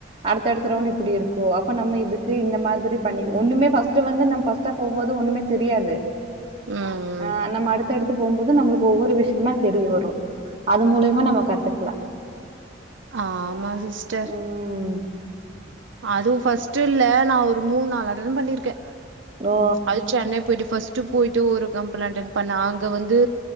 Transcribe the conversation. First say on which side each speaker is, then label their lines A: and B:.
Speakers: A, on the right; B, on the right.
A: அடு அடுத்த அடுத்த ரவுண்டு இப்டி இருக்கோ அப்ப நம்ம இதத் ஏ இந்த மாதிரி பண்ணி ஒண்ணுமே பஸ்டு வந்து பஸ் போம்போது ஒண்ணுமே தெரியாது
B: ம் ம்
A: ஆஹ நம்ம அடுத்தடுத்து போம்போது நம்மளுக் ஒவ்வொரு விஷ் என்ன தெரிய வரு அது மூலியமா நம்ம கத்து இருக்லா
B: ஆஹ் ஆமா சிஸ்டர்
A: ம்
B: அதுவும் ஃஸ்ட் இட்டுல நான் ஒரு மூணு நாலு ஆட்ன் பண்ணியிருக்கேன்
A: ஓ
B: அது சென்னை போயிட்டு ஃபர்ஸ்ட் ட் போயிட்டு ஒரு கம்லைட் பண்ண அங்க வந்து